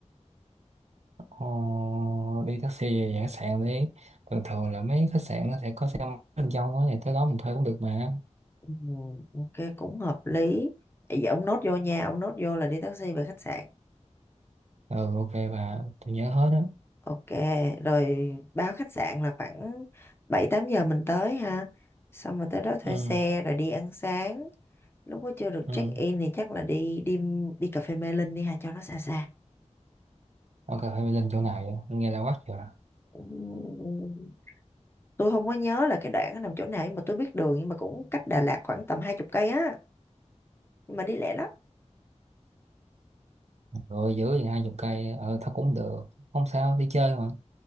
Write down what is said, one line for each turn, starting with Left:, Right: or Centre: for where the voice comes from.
Right: Ờ, đi taxi về về khách sạn đi thường thường là mấy khách sạn nó sẽ có xe máy bên trong á thì tới đó mình thuê cũng được mà
Left: ừ, ok cũng hợp lý vậy ông nốt vô nha ông nốt vô là đi taxi về khách sạn
Right: ừ ok và tôi nhớ hết á
Left: ok rồi báo khách sạn là khoảng 7 8 giờ mình tới ha xong rồi tới đó thuê
Right: ừ
Left: xe rồi đi ăn sáng lúc đó chưa được
Right: ừ
Left: check in thì chắc là đi đi đi cà phê Mê Linh đi ha cho nó xa xa
Right: ok phải lên chỗ nào vậy nghe là quắc rồi
Left: Ừm, tôi không có nhớ là cái đoạn nó nằm chỗ nào nhưng mà tôi biết đường nhưng mà cũng cách Đà Lạt khoảng tầm hai chục cây á nhưng mà đi lẹ lắm
Right: rồi giữ thì hai chục cây ờ thôi cũng được không sao đi chơi mà